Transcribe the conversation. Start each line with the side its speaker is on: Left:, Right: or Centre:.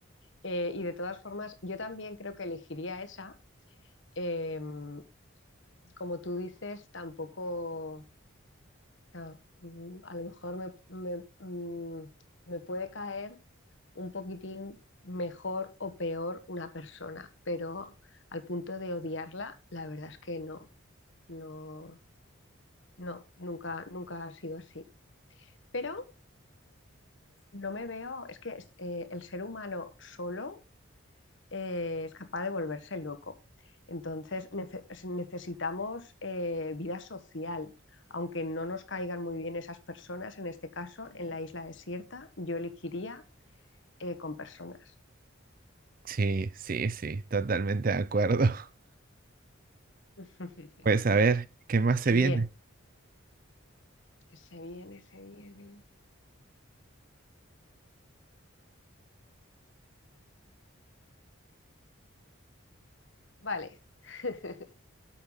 Left: Eh, y de todas formas, yo también creo que elegiría esa. Em, como tú dices, tampoco, o sea, mm, a lo mejor me, me, mm, me puede caer un poquitín mejor o peor una persona, pero al punto de odiarla, la verdad es que no, no, no, nunca, nunca ha sido así. Pero no me veo, es que eh, el ser humano solo eh, es capaz de volverse loco. Entonces nece- necesitamos eh, vida social. Aunque no nos caigan muy bien esas personas, en este caso, en la isla desierta, yo elegiría eh, con personas.
Right: Sí, sí, sí, totalmente de acuerdo. <laughs>
Left: <laughs>
Right: Pues a ver, ¿qué más se
Left: Bien,
Right: viene?
Left: Se viene, se viene. Vale, <laughs>